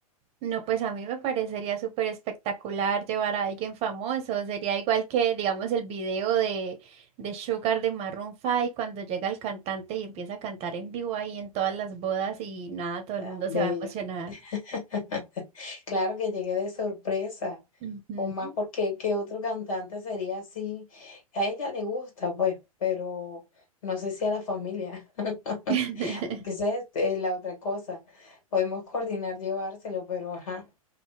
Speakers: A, on the right; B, on the left.
A: No, pues a mí me parecería súper espectacular llevar a alguien famoso. Sería igual que, digamos, el video de, de Sugar de Maroon Five cuando llega el cantante y empieza a cantar en vivo ahí en todas las bodas y nada, todo
B: tan
A: el mundo
B: bellos.
A: se va a emocionar.
B: <laughs> Claro que llegué de sorpresa,
A: Ujú.
B: o más porque qué otro cantante sería así. A ella le gusta, pues, pero no sé si a la familia. <laughs>
A: <laughs>
B: Que esa es eh, la otra cosa. Podemos coordinar llevárselo, pero ajá.